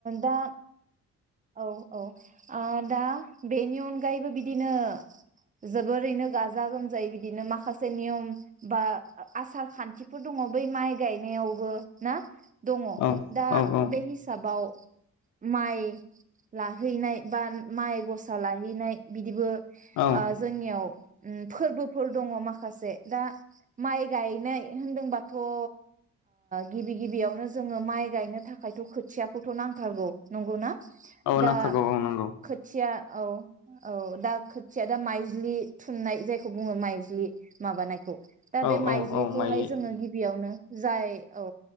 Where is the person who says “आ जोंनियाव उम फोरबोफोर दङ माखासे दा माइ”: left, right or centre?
Right